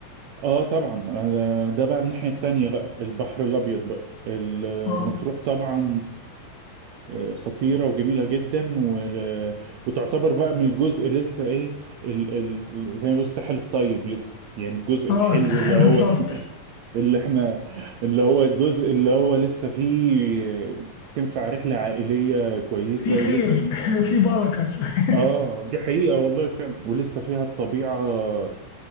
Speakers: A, on the right (about 70°); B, on the left (about 60°).
A: اه طبعا آه، ده بقى الناحية التانية بقى البحر الأبيض بقى المطروح
B: اه
A: طبعا آه، خطيرة وجميلة جدا و- وتعتبر بقى من الجزء لسه ايه ال ال زي ما بيقولوا الساحل الطيب لسه يعني الجزء
B: اه
A: الحلو
B: صح
A: اللي
B: بالظبط
A: هو <laughs> اللي احنا اللي هو الجزء اللي هو لسه فيه آه، تنفع رحلة عائلية كويسة
B: في خير
A: ولسه
B: <laughs> في بركة شوية
A: اه دي حقيقة والله فعلا ولسه فيها الطبيعة آه،